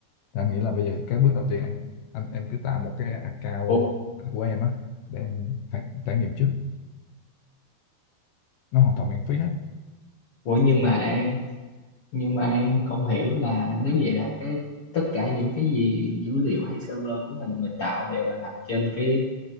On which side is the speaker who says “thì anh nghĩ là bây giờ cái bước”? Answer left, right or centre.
Left